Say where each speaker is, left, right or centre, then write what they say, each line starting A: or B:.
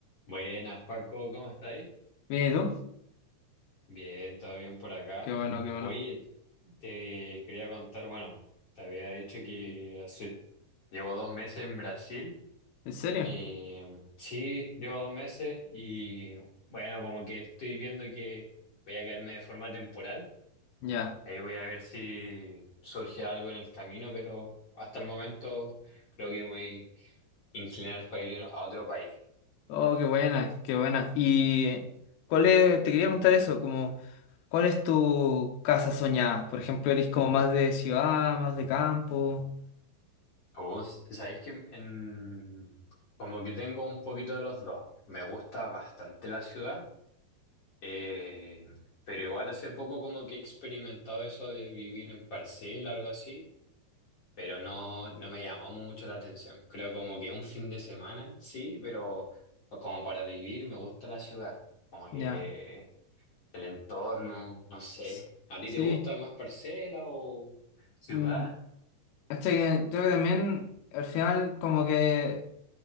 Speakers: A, on the left (about 40°); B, on the left (about 75°).
A: Buenas, Joaco, ¿cómo estáis?
B: Mira, ¿y tú?
A: Bien, todo bien por acá.
B: Qué bueno, qué bueno.
A: Oye, te quería contar, bueno, te había dicho que hace, llevo dos meses en Brasil.
B: ¿En serio?
A: Eh, sí, llevo dos meses y bueno, como que estoy viendo que voy a quedarme de forma temporal.
B: Ya.
A: Ahí voy a ver si surge algo en el camino, pero hasta el momento creo que me voy a inclinar para ir a otro país.
B: Oh, qué buena, qué buena. Y cuál es, te quería preguntar eso, como, ¿cuál es tu casa soñada? Por ejemplo, ¿eres como más de ciudad, más de campo?
A: Oh, s- sabéis que en- como que tengo un poquito de los dos. Me gusta bastante la ciudad, eh, pero igual hace poco como que he experimentado eso de vivir en parcela, algo así, pero no, no me llamó mucho la atención. Creo como que un fin de semana, sí, pero como para vivir me gusta la ciudad, como que
B: Ya.
A: el entorno, no sé.
B: S-
A: ¿A ti
B: Sí,
A: te gusta más parcela o ciudad?
B: Mm, ¿cachai? Que Creo que también al final como que